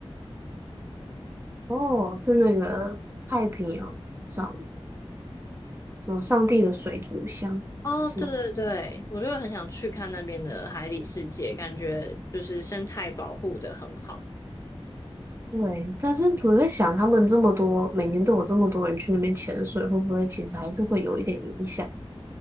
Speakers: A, on the right; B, on the left.
A: 哦，是那个太平洋上什么上帝的水族箱是吗？
B: 哦，对对对，我就很想去看那边的海底世界，感觉就是生态保护的很好。
A: 对，但是我在想，他们这么多，每年都有这么多人去那边潜水，会不会其实还是会有一点影响？